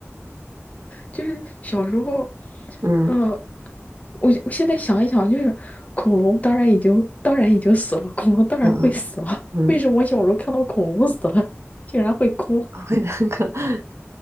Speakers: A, on the left; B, on the right.
A: 就是小时候，
B: 嗯
A: 嗯，我我现在想一想，就是恐龙当然已经当然已经死了，恐龙当然会死了，
B: 嗯嗯，
A: <laughs> 为什么我小时候看到恐龙死了，竟然会哭，
B: 会那个 <laughs>